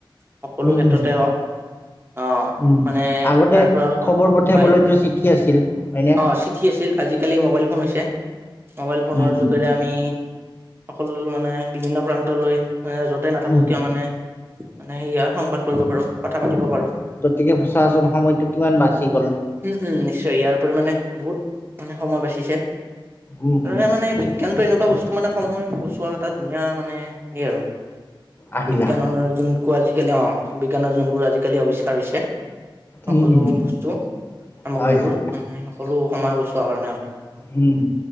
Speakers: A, on the right (about 25°); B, on the left (about 25°).
A: সকলো
B: উম
A: ক্ষেত্ৰতে
B: উম
A: হওক। অহ।
B: উম
A: মানে
B: আগতে
A: তাৰ পৰা,
B: খবৰ
A: হয়!
B: <unintelligible> চিঠি আছিল। হয়নে
A: অ চিঠি আছিল, আজিকালি মোবালই ফোন হৈছে, মোবাইল ফোনৰ
B: উম উম
A: যোগেৰে আমি অকল মানে বিভিন্ন প্ৰান্তলৈ, মানে য'তে নাথাকো
B: উম
A: কিয় মানে মানে <unintelligible> আৰু সংবাদ কৰিব পাৰো, কথা পাতিব পাৰো।
B: গতিকে চা চোন সময়টো কিমান বাচি গ'ল।
A: উম, উম, নিশ্চয়। ইয়াৰ পৰিমানে বহুত মানে সময় বাচিছে,
B: উম হম
A: এ মানে বিজ্ঞানটো এনেকুৱা বস্তু মানে সময় বচোৱা এটা ধুনীয়া মানে হেৰি আৰু।
B: আহিলা
A: বিজ্ঞানৰ যোনটো আজিকালি, অ বি, জ্ঞানৰ যোনবোৰ আজিকালি আৱিষ্কাৰ হৈছে সকলো
B: উম উম
A: বস্তু, সামগ্ৰীবোৰ,
B: হয় হয়
A: মানে সকলো সময় বচোৱা কাৰণ হয়।
B: উম।